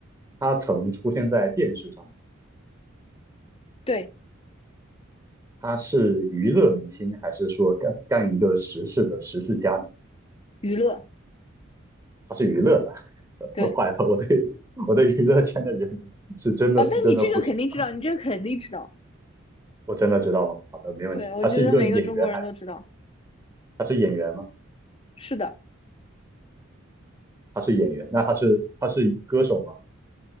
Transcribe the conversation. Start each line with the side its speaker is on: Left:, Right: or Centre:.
Right: 他曾出现在电视上，
Left: 对，
Right: 他是娱乐明星还是说干干一个实事的实事家呢
Left: 娱乐，
Right: 他是娱乐的。<laughs>
Left: 对
Right: 坏了，我对我对娱乐圈的人是真的是真的不熟，
Left: 啊，但你这个肯定知道，你这个肯定知道。
Right: <laughs> 我真的知道吗？好的，没问题。
Left: 对，我觉得每个中国人都知道。
Right: 他是一个演员，还他是演员吗？
Left: 是的，
Right: 他是演员，那他是他是歌手吗？